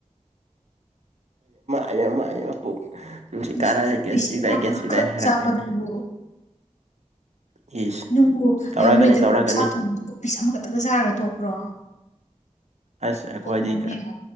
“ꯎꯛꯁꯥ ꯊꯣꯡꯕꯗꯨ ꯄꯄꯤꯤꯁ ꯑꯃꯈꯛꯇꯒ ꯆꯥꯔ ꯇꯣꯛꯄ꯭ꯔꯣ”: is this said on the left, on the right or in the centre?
Left